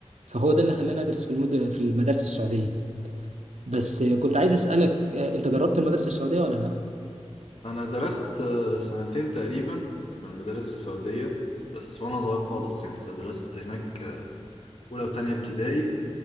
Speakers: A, on the right; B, on the left.
A: فهو ده اللي خلاني أدرس في المد... في المدارس السعودية بس آه، كنت عايز أسألك آه، أنت جربت المدارس السعودية ولا لأ؟
B: أنا درست آه، سنتين تقريبا في المدارس السعودية بس وأنا صغير خالص يعني درست هناك آه، أولى وتانية ابتدائي